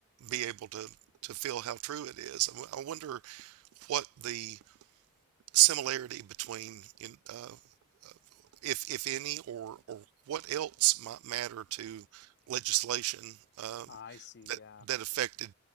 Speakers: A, on the right; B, on the left.
A: be able to, to feel how true it is. I wonder what the similarity between, in, uh, uh, if, if any, or, or what else might matter to legislation um,
B: I see.
A: that,
B: Yeah.
A: that affected,